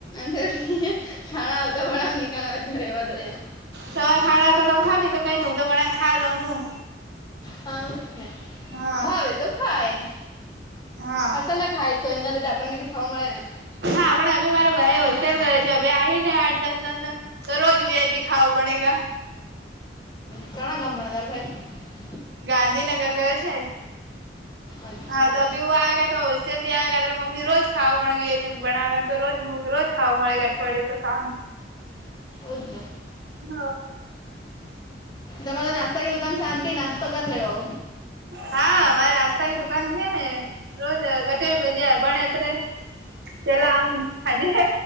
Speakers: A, on the left (about 25°); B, on the right (about 70°).
A: નર ખાણા આવતા પણણાવ ની ખાણા તો રહેેવા દો એમ <inaudible>
B: તમાર ખાવા તો તમે ખા કઈ ન હું તો બનાવિને ખા લઉનું
A: હા ને
B: હા.
A: ભાવે તો ખાય
B: હા
A: હસ ના ખાય તો એ ના લીધે આપણને ભી ખાવા મળે ને.
B: હા પણ હવે મારો ભાઈ હોસ્ટેલ ગયો છે હવે આવી ને આઠ દસ જણને. દરરોજ વિ આઈ પી ખાઓ બનેગા.
A: કણા ગામમા ભણે તારો ભાઈ.
B: ગાંધીનગર ગયો છે.
A: અચ્છા
B: હા તો બી આવે ગે તો. જલ્દી આવે કત્રરે મમ્મી રોજ ખાવવા વી આઈ પી બનાવે તો રોજ મ રોજ ખાવા મળે એક અઠવાડિયા તો સાત
A: ઉદ
B: હ.
A: તમારે નાસ્તા કે દુકાન શાંતિ નાસ્તો કર લેવો.
B: હા મારે નાસ્તા ક દુકાન છે ને રોજ કચોરી
A: હા
B: ભજીયા બણે અત્રે. પેલા આ હાજે